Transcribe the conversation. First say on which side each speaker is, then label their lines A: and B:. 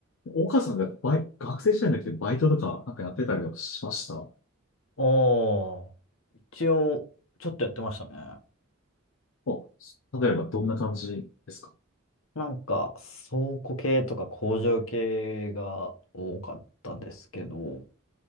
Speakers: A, on the left (about 70°); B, on the left (about 80°).
A: 岡さんがバイ、学生時代の時ってバイトとかなんかやってたりとかしました
B: おー、一応、ちょっとやってましたね。
A: あ、例えばどんな感じですか
B: なんか、倉庫系とか工場系が多かったですけど、